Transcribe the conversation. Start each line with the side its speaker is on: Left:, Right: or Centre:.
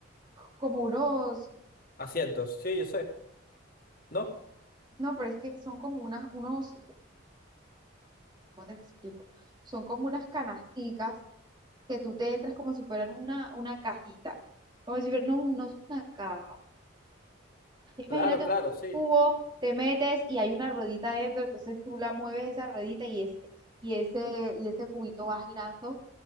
Right: como unos,
Left: Asientos, sí, yo sé. ¿No?
Right: no, pero es que son como unas, unos, ¿cómo te explico? Son como unas canasticas que tú te entras como si fueran una, una cajita. Como si fuera, no, no es una caja. Imagínate
Left: Claro, claro,
Right: un
Left: sí.
Right: cubo, te metes y hay una ruedita dentro, entonces tú la mueves esa ruedita y ese, y ese, y ese cubito va girando,